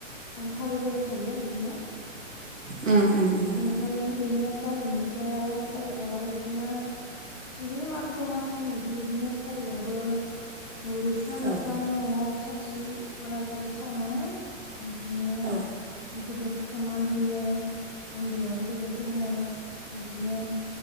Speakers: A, on the left; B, on the right.
A: जों फालिबोबाय थायो बिदिनो
B: उम उम। <unintelligible>
A: ओमफ्राय बेनि एक थारिकनिफ्राय आरो एक थारिकाव आरो बिदिनो बिदिनो मागो दमासिनि बिदि बिदिनो एक थारिगावबो दुगैस्राम
B: औ
A: लोबस्रां न'आव साथि आलारि बाथि सावनानै बिदिनो
B: औ
A: गिदिरफोरखौ मान होयो, उन्दैयो गोदोर फोरोङो बिदिनो